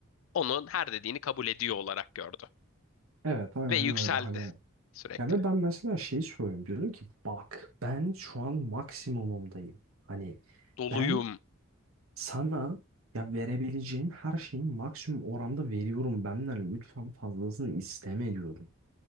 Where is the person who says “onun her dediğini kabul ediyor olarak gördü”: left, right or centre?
Left